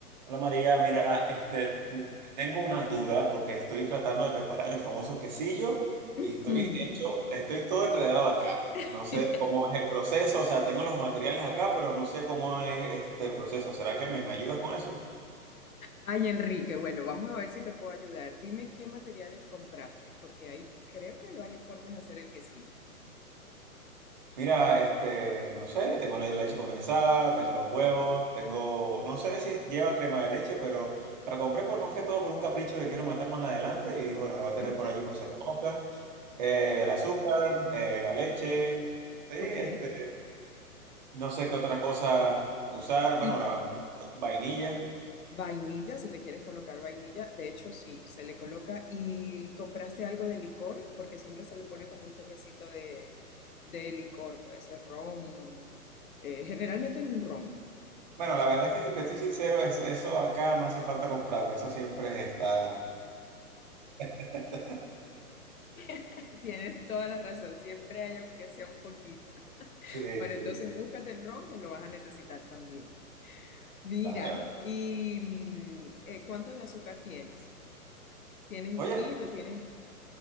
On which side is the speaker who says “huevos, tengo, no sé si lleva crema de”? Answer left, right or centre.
Right